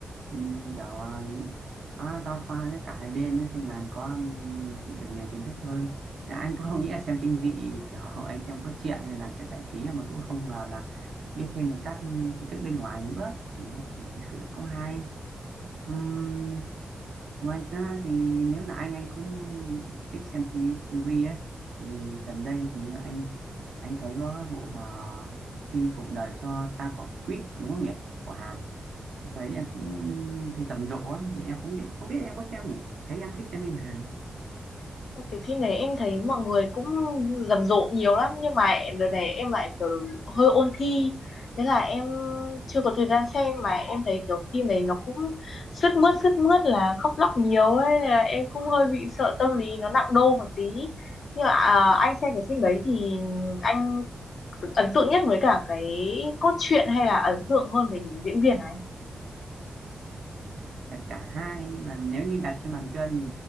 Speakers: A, on the right; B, on the left.
A: ừ, kiểu ờ, nó giao thoa với cả hai bên ấy, thì là có ừm, được nhiều kiến thức hơn là anh cũng không nghĩ là xem kinh dị kiểu <laughs> anh xem có chuyện nên là kiểu giải trí mà cũng không ngờ là biết thêm được các kiến thức bên ngoài nữa thì là thì thực sự là cũng hay Ừm, ngoài ra thì nếu là anh anh cũng thích xem TV series ấy thì gần đây thì như anh anh thấy có bộ mà khi cuộc đời cho ta quả quýt đúng không nhỉ của Hàn thấy em cũng thấy rầm rộ thì em không biết không biết em có xem nhỉ thấy em thích xem phim Hàn
B: thì phim này em thấy mọi người cũng rầm rộ nhiều lắm nhưng mà đợt này em lại kiểu hơi ôn thi thế là em chưa có thời gian xem mà em thấy kiểu phim này nó cũng sướt mướt sướt mướt là khóc lóc nhiều ấy nên là em cũng hơi bị sợ tâm lý nó nặng đô một tí nhưng mà à, anh xem cái phim đấy thì anh ấn tượng nhất với cả cái cốt truyện hay là ấn tượng hơn về những diễn viên ấy
A: tất cả hai nhưng mà nếu như đặt trên bàn cân